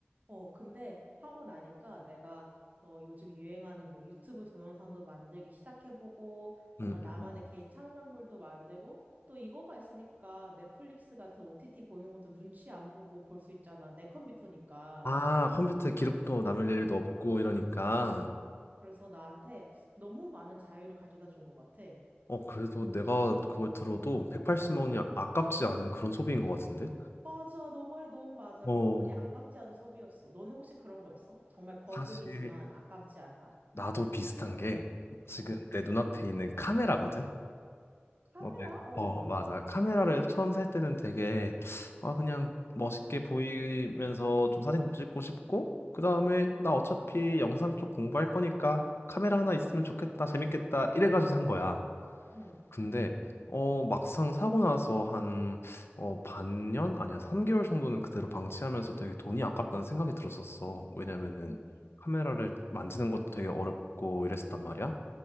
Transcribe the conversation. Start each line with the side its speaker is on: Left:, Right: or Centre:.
Right: 어, 근데 하고 나니까 내가 어, 요즘 유행하는 뭐 유튜브 동영상도 만들기 시작해보고 뭔가
Left: 음,
Right: 나만의
Left: 음, 음.
Right: 개인 창작물도 만들고 또 이거가 있으니까 넷플릭스 같은 OTT 보는 것도 눈치 안 보고 볼 수 있잖아. 내 컴퓨터니까.
Left: 아, 컴퓨터에 기록도 남을 일도 없고 이러니까.
Right: 그래서 나한테 너무 많은 자유를 가져다 준 것 같아.
Left: 어, 그래도 내가 그걸 들어도 180만 원이 아깝지 않은 그런 소비인 것 같은데?
Right: 맞아. 너 말이 너무 맞아.
Left: 어,
Right: 그 돈이 아깝지 않은 소비였어. 너는 혹시 그런 거 있어? 정말 거금이지만
Left: 사실
Right: 아깝지 않다.
Left: 나도 비슷한 게 지금
Right: 어.
Left: 내 눈앞에 있는 카메라거든.
Right: 카메라?
Left: 어, 네.
Right: 어.
Left: 어, 맞아. 카메라를 처음 살 때는 되게 아 그냥 멋있게 보이면서 좀 사진도 찍고 싶고 그다음에 나 어차피 영상 쪽 공부할 거니까 카메라 하나 있으면 좋겠다. 재밌겠다. 이래 가지고 산 거야.
Right: 어.
Left: 근데 어 막상 사고 나서 한어 반년 아니야 3개월 정도는 그대로 방치하면서 되게 돈이 아깝다는 생각이 들었었어. 왜냐면은
Right: 음.
Left: 카메라를 만지는 것도 되게 어렵고 이랬었단 말이야.